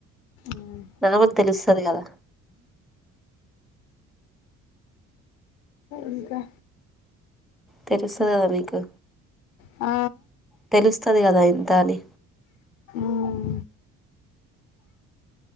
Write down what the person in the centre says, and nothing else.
తరువాత తెలుస్తది కదా
తెలుస్తది కదా మీకు
తెలుస్తది కదా ఇంత అని